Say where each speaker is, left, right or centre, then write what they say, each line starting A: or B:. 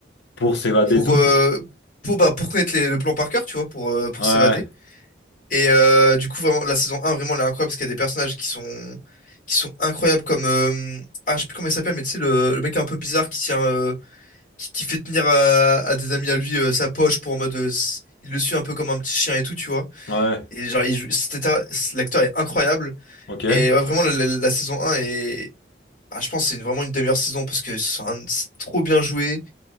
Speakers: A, on the left (about 70°); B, on the left (about 45°).
A: Pour s'évader
B: pour,
A: et tout.
B: euh, pour, bah, pour connaître les- le plan par cœur, tu vois, pour, euh, pour
A: Ouais,
B: s'évader. Et euh, du coup, vraiment, la saison un vraiment, elle est incroyable parce qu'il y a des personnages qui sont, qui sont incroyables comme. euh, ah, je sais plus comment il s'appelle, mais tu sais, le, le mec un peu bizarre qui tient, euh, qui, qui fait tenir à, à des amis à lui euh, sa poche pour en mode. euh, s- il le suit un peu comme un petit chien et tout, tu vois.
A: ouais,
B: Et genre, il joue- c'était un- l'acteur est incroyable.
A: ok.
B: Et ouais, vraiment, la, la- la saison un est. ah, je pense que c'est une- vraiment une des meilleures saisons parce que c'est un- c'est trop bien joué.